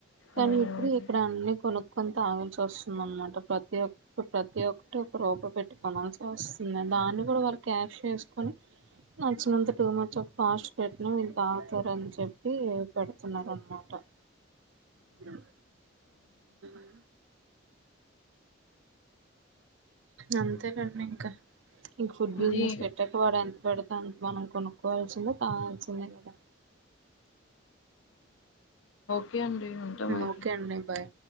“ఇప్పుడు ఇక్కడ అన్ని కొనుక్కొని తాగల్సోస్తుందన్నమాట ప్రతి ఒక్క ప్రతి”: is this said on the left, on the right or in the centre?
Right